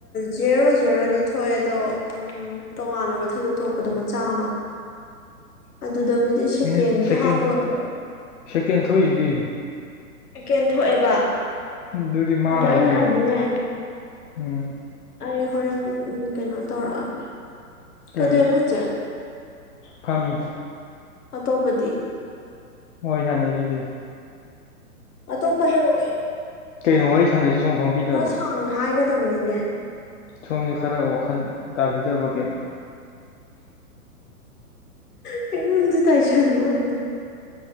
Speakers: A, on the left; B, on the left.
A: ꯖꯦꯔꯣ ꯖꯦꯔꯣꯗꯤ ꯊꯣꯛꯑꯦ ꯑꯗꯣ ꯎꯝ ꯎꯝ ꯇꯣꯉꯥꯟꯅ ꯃꯊꯛꯇ ꯊꯣꯛꯄꯗꯣ ꯃꯆꯥ ꯑꯃ ꯑꯗꯨꯗꯕꯨꯗꯤ ꯁꯦꯀꯦꯟꯒ
B: ꯃꯤꯅꯤꯠ ꯁꯦꯀꯦꯟ
A: ꯍꯥꯞꯄꯒ ꯊꯣꯛꯑꯦ
B: ꯁꯦꯀꯦꯟ ꯊꯣꯛꯏꯁꯤꯗꯤ
A: ꯄꯀꯦꯟ ꯊꯣꯛꯑꯦꯕ
B: ꯑꯗꯨꯗꯤ ꯃꯥꯡꯅꯨꯔꯀꯦꯅꯝ
A: ꯑꯗꯣ ꯑꯩꯅ ꯍꯥꯏꯗꯤꯅꯦ
B: ꯎꯝ
A: ꯑꯩ ꯍꯣꯔꯦꯟ ꯀꯩꯅꯣ ꯇꯧꯔꯛꯑꯒꯦ ꯀꯩꯗꯣꯏꯅꯣ
B: ꯀꯔꯤ
A: ꯍꯧꯖꯤꯛ
B: ꯐꯥꯝꯃꯤ
A: ꯑꯇꯣꯞꯄꯗꯤ
B: ꯍꯣꯏ ꯁꯥꯟꯅꯩꯁꯤꯗꯤ
A: ꯑꯇꯣꯞꯞ ꯍꯥꯢꯔꯣ
B: ꯀꯩꯅꯣ ꯋꯥꯔꯤ ꯁꯥꯟꯅꯁꯤ ꯁꯣꯝ ꯈꯪꯕꯤꯗꯕ꯭ꯔꯣ
A: ꯁꯥꯡꯅ ꯍꯥꯏꯒꯗꯕꯅꯤꯅꯦ
B: ꯁꯣꯝꯁꯦ ꯈꯔ ꯋꯥꯈꯜ ꯇꯥꯕꯤꯗꯕ꯭ꯔꯥ ꯀꯩꯅꯣ
A: ꯑꯩꯉ‌ꯣꯟꯗ ꯇꯥꯏꯁꯟꯕꯋꯥꯅꯤꯗ